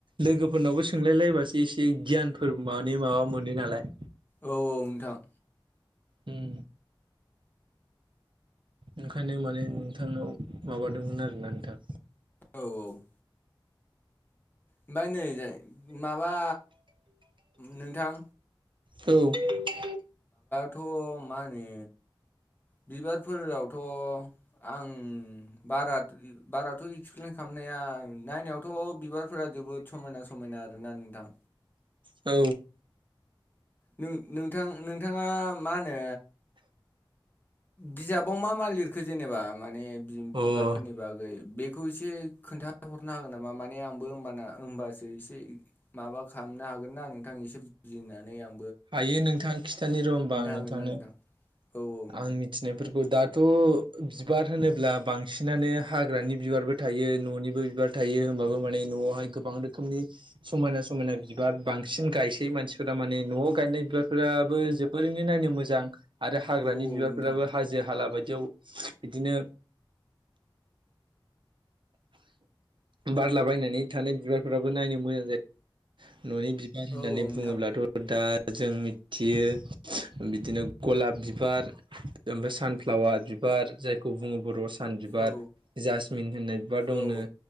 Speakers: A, on the right (about 65°); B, on the left (about 20°).
A: लोगो फोरनावबो सोंलायलायबासो एसे गियानफोर मानि माबा मोनो नालाय।
B: औ औ नोंथां।
A: उम। ओंखायनो माने नोंथांनाव माबादोंमोन आरोना नोंथां।
B: औ औ। ओमफाय नै जाय माबा नोंथां
A: औ।
B: थ' माने बिबारफोरावथ' आं बारा बाराथ' एक्सप्लइेन खालाम नाया नायनायावथ' बिबारफोरा जोबोद समायना समायना आरोना नोंथां।
A: औ।
B: नों नोंथां नोंथाङा मा होनो बिजाब बाव मा मा लिरखो जेनेबा माने
A: औ अ
B: बिबारफोरनि बागै बेखौ एसे खोन्थाहरनो हागोन नामा माने आंबो होमबाना होनबासो एसे माबा हामनो हागोन ना नोंथां एसे बुजिनानै आं
A: हायो नोंथां खिथानो र' होनोमबा नोंथांनो
B: हागोन ना नोंथां औ औ नोंथां
A: आं मिथिनायफोरखौ दाथ' बिबार होनोब्ला बांसिनानो हाग्रानि बिबारबो थायो न'निबो बिबार थायो होनोमबाबो माने न'आवहाय गोबां रोखोमनि समायना समायना बिबार बांसिन गायसै मानसिफोरा माने न'आव गायनाय बिबारफोराबो जोबोरैनो नायनो मोजां आरो हाग्रानि
B: औ औ
A: बिबारफोराबो
B: नोंथां
A: हाजो हाला बाय याव बिदिनो बारलाबायायनानै थानाय बिबारफोराबो नायनो मोजां जायो। न'नि बिबार होननानै
B: औ नोंथां
A: बुङोब्लाथ' दा जों मिथियो बिदिनो गलाब बिबार ओमफ्राय सानफ्लावार बिबार जायखौ बुङो बर'आ सान बिबार,
B: औ
A: जासमिन होननाय बिबार दंनो
B: औ